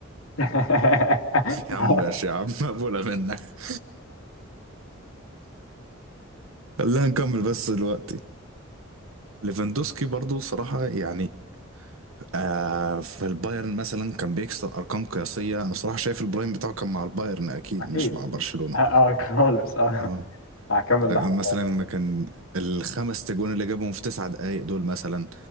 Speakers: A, on the left (about 80°); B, on the right (about 80°).
A: <laughs>
B: يا عم ماشي يا عم <laughs> مقبوله منك <applause> خلينا نكمل بس دلوقتي ليفاندوسكي برضو صراحة يعني آه في البايرن مثلا كان بيكسر أرقام قياسية أنا صراحة شايف البرايم بتاعه كان مع البايرن أكيد
A: اكيد
B: مش مع برشلونة
A: اه خالص اه
B: آه
A: هكمل
B: مثلا
A: لحظة
B: ما كان الخمس تجوان اللي جابهم في تسع دقايق دول مثلا